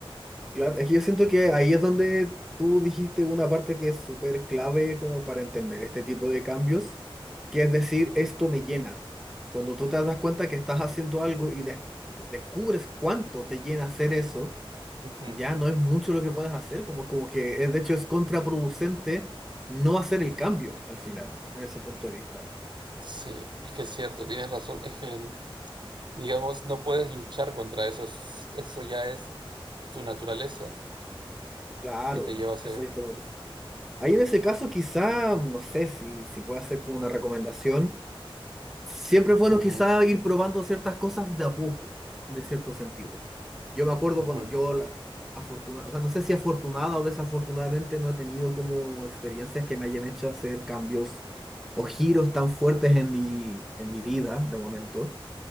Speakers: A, in the centre; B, on the right (about 55°).
A: Claro, es que yo siento que ahí es donde tú dijiste una parte que es súper clave como para entender este tipo de cambios, que es decir,
B: Uh -huh.
A: esto me llena. Cuando tú te das cuenta que estás haciendo algo y des- descubres cuánto te llena hacer eso,
B: Uh -huh.
A: ya no es mucho lo que puedes hacer, como, como que es, de hecho es contraproducente no hacer el cambio al final, en ese punto de vista.
B: Sí, es que es cierto, tienes razón. Es que, digamos, no puedes luchar contra eso. es- eso ya es tu naturaleza
A: Claro,
B: y te lleva hacia...
A: eso es todo. Ahí en ese caso quizá, no sé si, si puede hacer como una recomendación. siempre es bueno
B: Ujú,
A: quizá ir probando ciertas cosas de a poco, de cierto sentido. Yo me acuerdo,
B: ujú,
A: bueno, yo la afortunada, o sea, no sé si afortunada o desafortunadamente no he tenido como experiencias que me hayan hecho hacer cambios o giros tan fuertes en mi, en mi vida de momento.